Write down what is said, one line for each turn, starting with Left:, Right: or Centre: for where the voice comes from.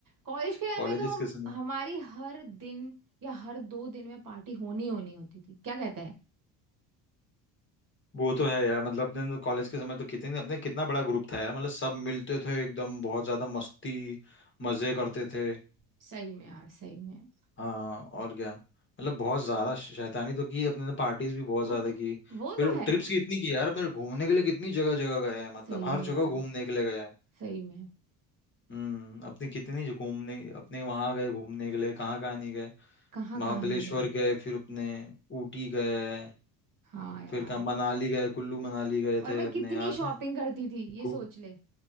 Right: कॉलेज के टाइम
Left: कॉलेजेस
Right: में तो हम
Left: के समय
Right: हमारी हर दिन या हर दो दिन में पार्टी होनी होनी होती थी क्या कहता है
Left: वो तो है यार मतलब अपने कॉलेज के समय तो कितने अपने कितना बड़ा ग्रुप था यार मतलब सब मिलते थे एकदम बहुत ज्यादा मस्ती मजे करते थे
Right: सही में यार सही में
Left: हाँ और क्या मतलब बहुत ज्यादा श- शैतानी तो की अपने ने पार्टीज भी बहुत
Right: वो
Left: ज्यादा
Right: तो
Left: की
Right: वो
Left: फिर
Right: तो है
Left: ट्रिप्स
Right: यार
Left: कितनी की यार अपने घूमने के लिए कितनी जगह जगह गए हैं मतलब
Right: सही
Left: हर
Right: में यार
Left: जगह घूमने के लिए गए हैं
Right: सही में
Left: हम्म अपने कितनी जो घूमने अपने वहां गए घूमने के लिए कहाँ कहाँ नहीं गए
Right: कहाँ
Left: महाबलेश्वर
Right: कहाँ नहीं गए
Left: गए फिर अपने ऊटी गए
Right: हाँ यार
Left: फिर कहाँ मनाली गए कुल्लू मनाली गए
Right: और
Left: थे
Right: मैं
Left: अपने
Right: कितनी
Left: याद
Right: शॉपिंग
Left: है
Right: करती थी ये
Left: गो
Right: सोच ले